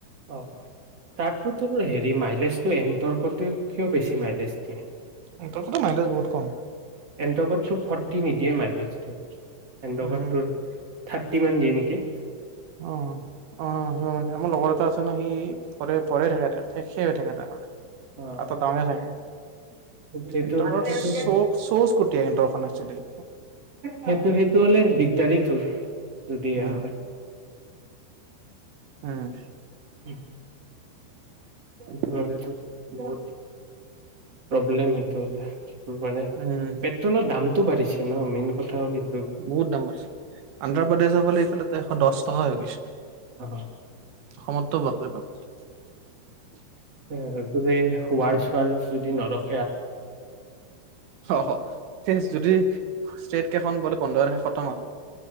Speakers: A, on the right (about 40°); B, on the right (about 70°).
A: আহ তাতোত হেৰি মাই জটো এ তৰ্কত কিয় বেছি মাৰ দিষ্ট দিয়ে
B: এণ্টৰখনৰ মাইলেজ বহুত কম
A: এনট কত চব ফৰ্তি নিদিয়ে মাইডজ ত এণ্ড
B: উম
A: তৰ থাৰ্টি মান দিয়ে নেকি
B: অ' অ' মানে আমাৰ লগৰ এটা আছে। ভৰি পৰি থাকে। ঠেক হৈ থাকে। তাৰ
A: অ
B: টাউনে থাকে
A: সেইটো
B: সিহঁতৰ
A: সেইটো
B: চ চ' স্কুটি সিহঁতৰখন একচুৱেলি
A: সেইটো সেইটো হলে দিগদাৰিত পিতুল যদি এয়া
B: উম
A: হয়
B: উম
A: উ সেতো
B: উম
A: অ প্ৰব্লেম সটো মানে
B: উম
A: পেট্ৰলৰ দাম টো বাঢ়িছে ন মেইন কথা হ'লে
B: বহুত দাম আছে আন্ধ্ৰপ্ৰদেশৰ ফালে এইফালে এ এশ দহ টকা হৈ গৈছে
A: অ'
B: অসমততো বাপৰি বাপৰি
A: অ আ ততে হোৱাৰ চোৱাৰ যদি নৰখ
B: অ সেই যদি ষ্টট কেইখন বোলে পোন্ধৰ তশে শতমত